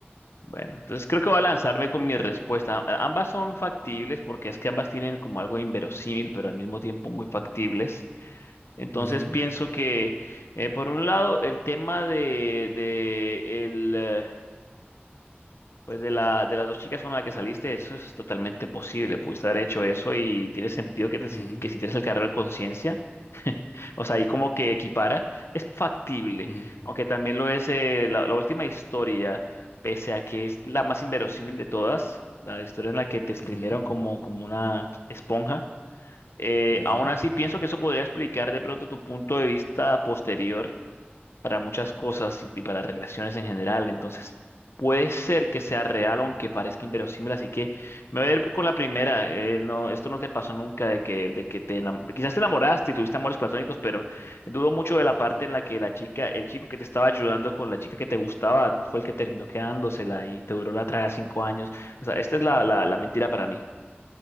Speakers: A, on the left; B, on the left.
A: Bueno, entonces creo que voy a lanzarme con mi respuesta. A- Ambas son factibles porque es que ambas tienen como algo inverosímil, pero al mismo tiempo muy factibles. Entonces
B: Ujú,
A: pienso que, eh, por un lado, el tema de, de el, eh, pues de la, de las dos chicas con las que saliste, eso es totalmente posible. Pudiste haber hecho eso y tiene sentido que, te sin-
B: ujú,
A: que sintieras el cargo de conciencia. O sea, ahí como que equipara, es factible,
B: ujú,
A: aunque también lo es eh, la, la última historia, pese a que es la más inverosímil de todas, la historia en la que te exprimieron
B: ujú,
A: como, como una esponja. eh,
B: ujú, ujú.
A: aún así, pienso que eso podría explicar de pronto tu punto de vista posterior para muchas cosas y, y para relaciones en general. Entonces, puede ser que sea real, aunque parezca inverosímil. Así que me voy a ir con la primera. Eh, no, esto no te pasó nunca de que, de que te enam- quizás te enamoraste y tuviste amores platónicos, pero dudo mucho de la parte en la que la chica, el chico que te estaba ayudando con la chica que te gustaba, fue el que terminó quedándosela y te duró la traga cinco años. O sea, esta es la, la, la mentira para mí.